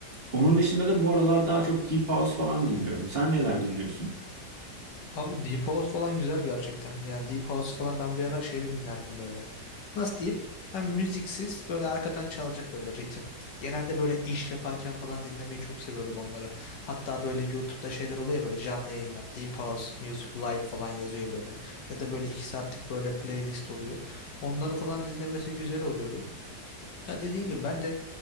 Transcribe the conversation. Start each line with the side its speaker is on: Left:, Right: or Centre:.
Right: onun dışında da bu aralar daha çok Deep House falan dinliyorum. Sen neler dinliyorsun?
Left: Abi Deep House falan güzel gerçekten. Yani Deep House falan ben bir ara şeyde dinlerdim böyle. nasıl diyeyim? Hem müziksiz böyle arkadan çalacak böyle ritim. Genelde böyle iş yaparken falan dinlemeyi çok seviyordum onları. Hatta böyle YouTube'da şeyler oluyor ya böyle canlı yayınlar. Deep House, Music Live falan yazıyor böyle. Ya da böyle iki saatlik böyle playlist oluyor. Onları falan dinlemesi güzel oluyordu. Ya dediğin gibi ben de